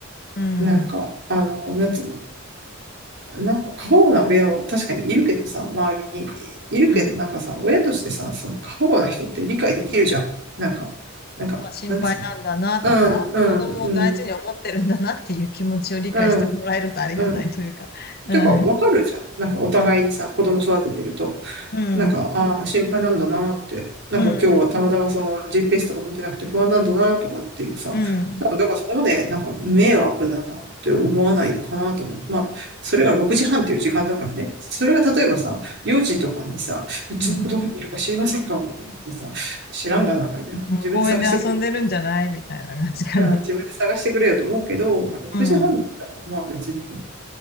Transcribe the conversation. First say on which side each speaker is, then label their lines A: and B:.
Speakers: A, on the left; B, on the right.
A: うん。
B: なんか、あの、なんつうの、なんか過保護な親は確かにいるけどさ、周りにいるけど、
A: うん。
B: なんかさ、親としてさ、その過保護な人って理解できるじゃん。なんか、なんか、
A: まあ心配なんだなとか、
B: なんつうの。うん、
A: 子供を大事に思ってるんだなっていう気持ちを理解してもらえるとありがたいというか。
B: うん、うん、うん、うん。
A: うん、
B: てか、わかるじゃん。なんかお互いにさ、
A: うん、
B: 子供育ててると。
A: うん、
B: なんか、ああ、心配なんだなって。なんか今日はたまたまその
A: うん、
B: GPS とか持ってなくて不安なんだなとかっていうさ。
A: うん、
B: なんかだからそこまでなんか迷惑だなって思わないかなと思う。まあ、それが6時半っていう時間だからね。それが例えばさ、4時とかにさ、
A: うん、
B: うちの子どこにいるか知りませんかみたいなことさ、
A: うん、
B: 知らんがな、
A: うんうん公園で遊んでるんじゃないみたいな感じかね。
B: みたいな。自分で探してくれよ。うん、自分で探してくれよと思うけど、まあ6時半だったら、
A: うん。あ
B: まあ別に、